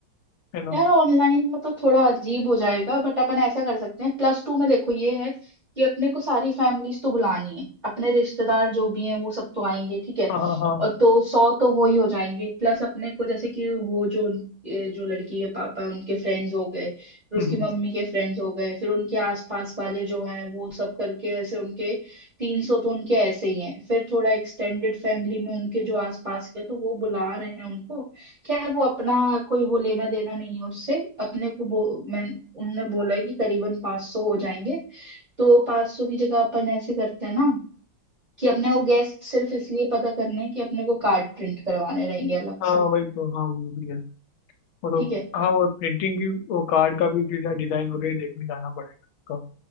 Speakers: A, on the left; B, on the right.
A: है ना
B: यार ऑनलाइन मतलब थोड़ा अजीब हो जाएगा बट अपन ऐसा कर सकते हैं प्लस टू में देखो ये है कि अपने को सारी फैमिलीज तो बुलानी है अपने रिश्तेदार जो भी हैं वो सब तो आएंगे ठीक है
A: हाँ हाँ हाँ
B: और तो सौ तो वो ही हो जाएंगे प्लस अपने को जैसे कि वो जो ए, जो लड़की है पापा उनके फ्रेंड्स हो गए फिर
A: हम्म,
B: उसकी
A: हम्म,
B: मम्मी के फ्रेंड्स हो गए फिर उनके आसपास वाले जो हैं वो सब करके ऐसे उनके तीन सौ तो उनके ऐसे ही हैं फिर थोड़ा एक्सटेंडेड फैमिली में उनके जो आसपास के तो वो बुला रहे हैं उनको क्या है, वो अपना कोई वो लेना देना नहीं है उससे अपने को बो, मैं उनने बोला है कि करीबन 500 सौ हो जाएंगे तो 500 सौ की जगह अपन ऐसे करते हैं ना कि अपने को गेस्ट सिर्फ इसलिए पता करने हैं कि अपने को कार्ड प्रिंट करवाने रहेंगे अलग
A: हाँ
B: से
A: वही तो हाँ वो भी है वो तो
B: ठीक है
A: हाँ वो प्रिंटिंग की वो कार्ड का भी डिजाइन वगैरह देखने जाना पड़ेगा उसका